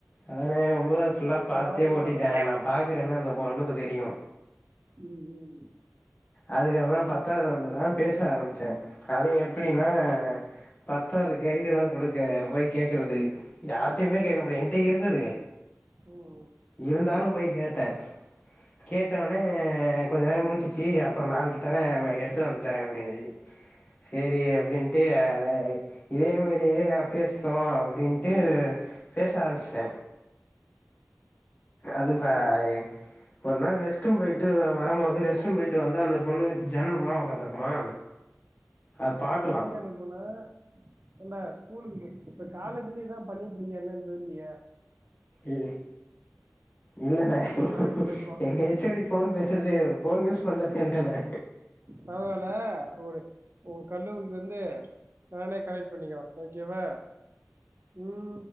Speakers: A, on the left; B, on the right.
A: அதாண்ணே ஒம்பதாவது ஃபுல்லா பாத்தே
B: பாத்துக்கொண்டா
A: ஓட்டிட்ட
B: நல்லா
A: நா பாக்குறேனு அந்த பொண்ணுக்கு தெரியு
B: ம் ம்
A: அதுக்கப்பறோ பத்தாவது வந்துதா பேச ஆரம்பிச்ச அது எப்டினா
B: ம்
A: பத்தாவது கைடு எல்லா குடுக்க போய் கேக்குறது யார்ட்டையுமே கேக்க முடியாது என்ட்ட இருந்தது
B: ம்
A: இருந்தாலு போய் கேட்ட கேட்டோன்னே கொஞ்ச நேர முழிச்சிச்சு அப்ற நாளைக்கு தர எடுத்துட்டு வந்து தர அப்டினுது சேரி அப்டின்ட்டு அத இதே மேரி யே பேசுவோ அப்டின்ட்டு பேச ஆரம்பிச்சிட்ட அது பா இ ஒரு நாள் ரெஸ்ட்ரூம் போயிட்டு நா வரம் போது ரெஸ்ட்ரூம் போயிட்டு வந்தா அந்த பொண்ணு ஜன்னல் ஓரமா உக்காந்துருக்குமா அத
B: ஒன்ன
A: பாக்கலா
B: படிக்க அனுப்புனா ஏன்டா ஸ்கூலுக்கு போய் இப்ப காலே திரும்பி இதா பண்ணிட்டு இருக்கியா என்னன்னு தெரிலையே
A: ஈவ்னிங் இல்லனே
B: அவருகிட்ட பேசுவோ
A: எங்க ஹெச் ஓ டி ஃபோன் பேசறதே ஃபோன் யூஸ் பண்றதே இல்லனா
B: பரவால்ல ஒரு உ கல்லூரிக்கு வந்து நானே கனெக்ட் பண்ணிக்குவ ஓகேவா ம்